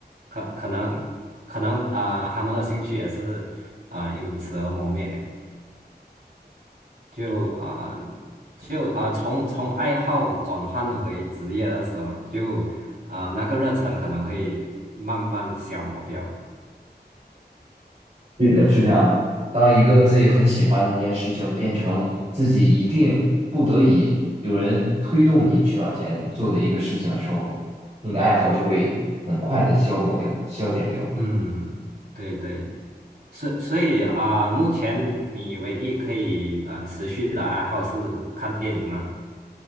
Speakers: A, on the right; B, on the right.
A: 可可能可能啊、他们的兴趣也是啊、因此而磨灭，就啊、就啊、从从爱好转换为职业的时候，就啊、那个热忱可能会慢慢消磨掉。
B: 对的，是这样的。当一个自己很喜欢的一件事情变成自己一定不得已有人推动你去往前做的一个事情的时候，你的爱好就会很快的消磨掉、消减掉。
A: 嗯，对对，所所以啊、目前你唯一可以嗯、呃持续的爱好是看电影吗？